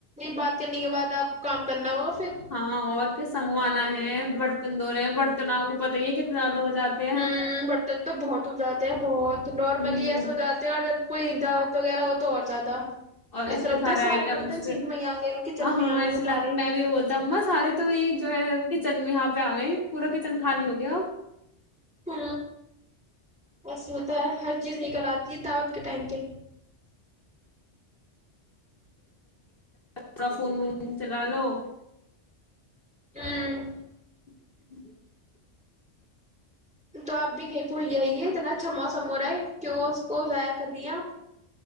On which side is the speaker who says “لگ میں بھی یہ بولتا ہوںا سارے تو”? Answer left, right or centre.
Left